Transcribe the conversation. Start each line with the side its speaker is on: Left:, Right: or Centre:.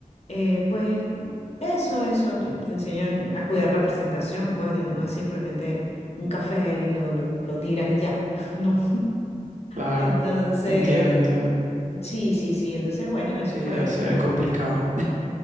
Left: eh, pues eso, eso, te te enseñan a cuidar la presentación, pues de un- no es simplemente un café y lo, lo, lo tiras y ya, <laughs> no.
Right: claro.
Left: Entonces,
Right: Entiendo, entiendo.
Left: sí, sí, sí, entonces bueno, eso
Right: Sí,
Left: fue
Right: debe ser
Left: lo...
Right: complicado.